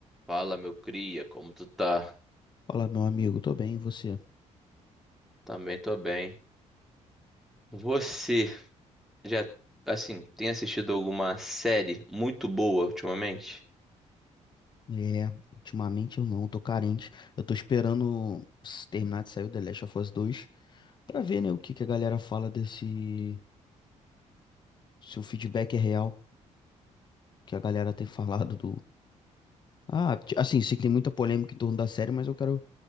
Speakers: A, in the centre; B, on the left (about 35°).
A: Fala, meu cria, como tu tá?
B: Fala, meu amigo, tô bem, e você?
A: Também tô bem. Você já, assim, tem assistido alguma série muito boa ultimamente?
B: É, ultimamente eu não, tô carente. Eu tô esperando ps, terminar de sair o The Last of Us 2 pra ver, né, o que que a galera fala desse. Se o feedback é real, que a galera tem falado do. Ah, ti- assim, sei que tem muita polêmica em torno da série, mas eu quero.